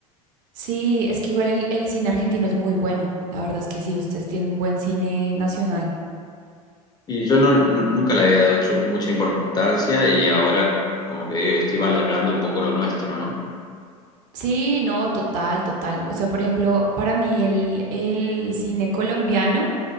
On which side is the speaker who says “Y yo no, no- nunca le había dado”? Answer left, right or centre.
Left